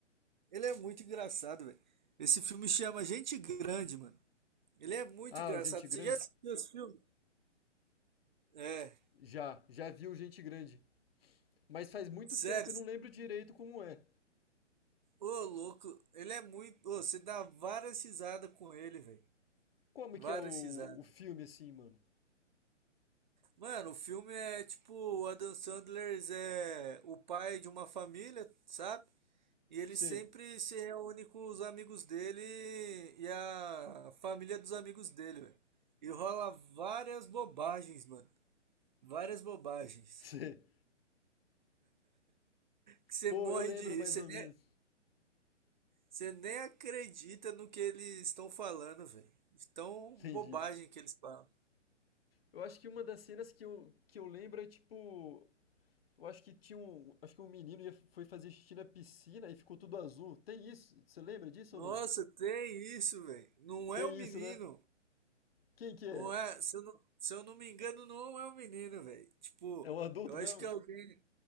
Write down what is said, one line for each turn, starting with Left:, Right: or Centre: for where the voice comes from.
Right: Ele é muito engraçado, velho. Esse filme chama Gente Grande, mano. Ele é muito
Left: Ah,
Right: engraçado.
Left: o Gente Grande?
Right: Você já assistiu esse filme? É,
Left: Já, já viu Gente Grande. Mas faz muito
Right: sério.
Left: tempo, eu não lembro direito como é.
Right: Ô, louco, ele é muito. Ô, você dá várias risadas com ele, velho.
Left: Como
Right: Várias
Left: que é o,
Right: risadas.
Left: o filme assim, mano?
Right: Mano, o filme é tipo, o Adam Sandler é o pai de uma família, sabe? E ele
Left: Sei,
Right: sempre se reúne com os amigos dele e a família dos amigos dele, velho. E rola várias bobagens, mano. Várias bobagens.
Left: <laughs> sei.
Right: Que você
Left: Pô,
Right: morre
Left: eu lembro
Right: de rir.
Left: mais
Right: Você
Left: ou
Right: nem,
Left: menos.
Right: você nem acredita no que eles estão falando, velho. De Tão
Left: Entendi.
Right: bobagem que eles falam.
Left: Eu acho que uma das cenas que eu, que eu lembro é tipo. Eu acho que tinha um. Acho que um menino ia, foi fazer xixi na piscina e ficou tudo azul. Tem isso? Você lembra disso
Right: Nossa,
Left: ou não?
Right: tem isso, velho. Não
Left: Tem
Right: é o menino.
Left: isso, né? Quem que
Right: Não
Left: é?
Right: é. Se eu não, se eu não me engano, não é o menino, velho. Tipo,
Left: É um adulto
Right: eu
Left: mesmo?
Right: acho que é alguém.